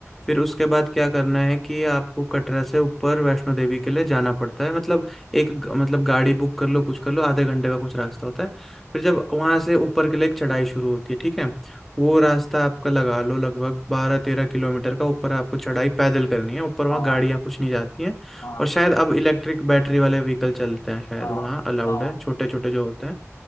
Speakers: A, in the centre; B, on the left.
A: फिर उसके बाद क्या करना है कि आपको कटरा से ऊपर वैष्णो देवी के लिए जाना पड़ता है मतलब एक ग- मतलब गाड़ी बुक कर लो कुछ कर लो आधे घंटे का कुछ रास्ता होता है फिर जब वहां से ऊपर के लिए एक चढ़ाई शुरू होती है ठीक है वो रास्ता आपका लगा लो लगभग बारह तेरह किलोमीटर का ऊपर आपको चढ़ाई पैदल करनी है ऊपर वहाँ
B: हाँ
A: गाड़ियाँ कुछ नहीं जाती हैं
B: हाँ
A: और शायद अब इलेक्ट्रिक बैटरी वाले व्हीकल चलते हैं शायद
B: हाँ
A: वहाँ अलाउड
B: हाँ
A: है छोटे छोटे जो होते हैं